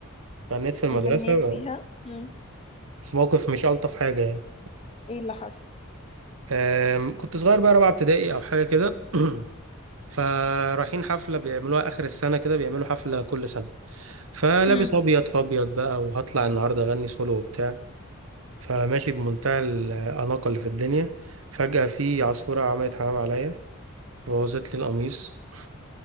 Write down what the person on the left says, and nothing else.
غنيت
فيها مم.
ايه اللي حصل
مم.